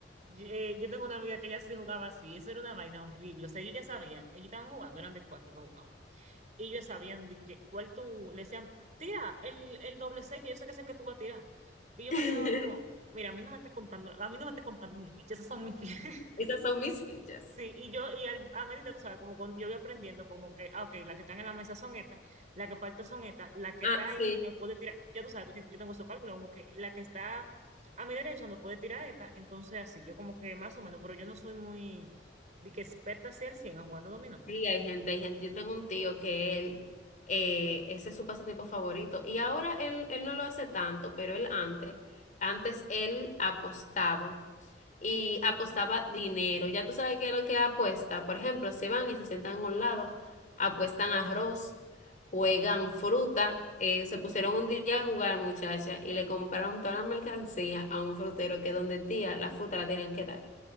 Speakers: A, on the right (about 40°); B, on the left (about 45°).
A: yo, eh, yo tengo una amiga que ella sí jugaba así, eso era una vaina horrible, o sea, ellos ya sabían, ellos estaban jugando, eran de cuatro que jugaban, y ellos sabían de que, cuál tú, le decían, tira el, el doble C, que yo sé que es el que tú vas a tirar, y yo
B: <laughs>
A: me quedaba como, mira, a mí no me estés contando, a mí no me estés contando mis fichas, esas son mis fichas,
B: Esas son mis fichas.
A: Sí, y yo, y al, a medida, tú sabes, como cuando yo voy aprendiendo, como que, ah, ok, las que están en la mesa son estas, las que faltan son estas, la que
B: Ah,
A: está ahí
B: sí.
A: me puede tirar, ya tú sabes, tú tienes- yo tengo esos cálculos, como que la que está a mi derecha no puede tirar esta, entonces así, yo como que más o menos, pero yo no soy muy, de que experta hacia el cien a jugando dominó.
B: Sí, hay gente, hay gente. Yo tengo un tío que él, eh, ese es su pasatiempo favorito. Y ahora él, él no lo hace tanto, pero él antes, antes él apostaba y apostaba dinero. Ya tú sabes qué es lo que apuesta. Por ejemplo, se van y se sientan a un lado, apuestan arroz, juegan fruta. eh, se pusieron un día a jugar, muchacha, y le compraron toda la mercancía a un frutero que donde tía la fruta la tenían que dar